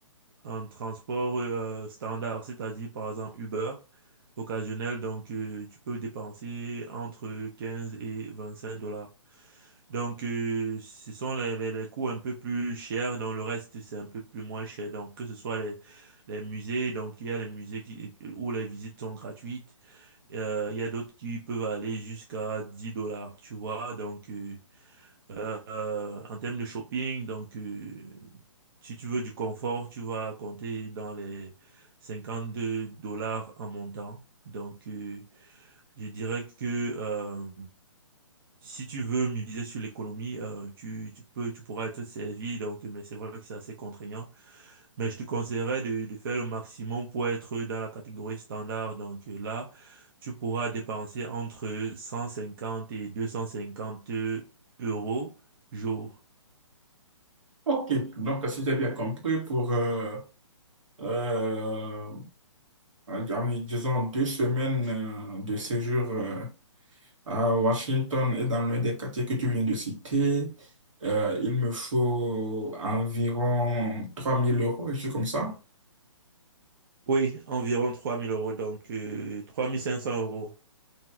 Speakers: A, on the right; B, on the right.
A: en transport euh, standard, c'est-à-dire par exemple Uber, occasionnel, donc euh, tu peux dépenser entre 15 et 25 dollars. Donc euh, ce sont les, les, les coûts un peu plus chers, dans le reste c'est un peu plus moins cher. Donc que ce soit les, les musées, donc il y a les musées qui, où les visites sont gratuites. Euh, Il y a d'autres qui peuvent aller jusqu'à 10 dollars, tu vois. Donc, euh, euh, en termes de shopping, donc, euh, si tu veux du confort, tu vas compter dans les 52 dollars en montant. Donc, euh, je dirais que euh, si tu veux miser sur l'économie, euh, tu, tu peux, tu pourras être servi. Donc, mais c'est vrai que c'est assez contraignant. Mais je te conseillerais de, de faire le maximum pour être dans la catégorie standard. Donc euh, là, tu pourras dépenser entre 150 et 250 euros jour.
B: Ok, donc si j'ai bien compris, pour, euh, euh, euh, disons, deux semaines euh, de séjour euh, à Washington et dans l'un des quartiers que tu viens de citer, euh, il me faut environ 3000 euros, et c'est comme ça.
A: Oui, environ 3000 euros, donc 3500 euros.